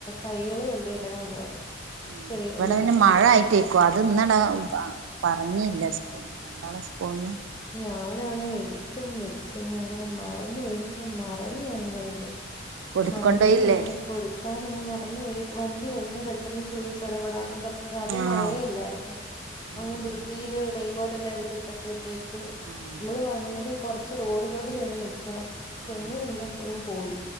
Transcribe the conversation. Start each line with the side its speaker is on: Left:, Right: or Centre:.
Left: തൈകള് കൊണ്ടുചെല്ലണോന്ന് പറഞ്ഞു
Right: ആ
Left: ചെറിയ
Right: ഇവിടെ
Left: മരത്തിന്റെയൊക്കെ
Right: പിന്നെ മഴ ആയിട്ടേക്കുവ
Left: അപ്പം
Right: അത് ഇന്നട പറഞ്ഞില്ല ഓ ഇന്ന് രണ്ടാളും സ്കൂളില്
Left: ഞാനാണ് എടുത്തും വെച്ച് ഞാനങ്ങ് മറന്നു പോയി എനിക്ക മറവിയാങ്ങ് ഭയങ്കര
Right: കൊടുത്ത്
Left: മറന്നു
Right: കൊണ്ടോയില്ലേ
Left: പോയി കൊടുക്കാൻ അങ്ങ് മറന്നു പോയി വണ്ടി വന്ന് പെട്ടെന്ന് തുളിച്ച്ച്ചടപെടാന്ന് പറഞ്ഞ അതു
Right: ആഹ്
Left: മഴയല്ലായിരുന്നു
Right: ഉം
Left: അങ്ങ് ധൃതിയില്
Right: ഉം
Left: റെയിൻകോട്ട് ല്ലായിടുത്ത് ഇട്ടപ്പോഴത്തേക്ക്
Right: ആഹ്
Left: നമ്മള് വണ്ടി കുറച്ച് റോഡിലോട്ട് ചെന്ന് നിക്കണം ചെന്ന്
Right: ആഹ്
Left: നിന്ന അങ്ങ് പോയി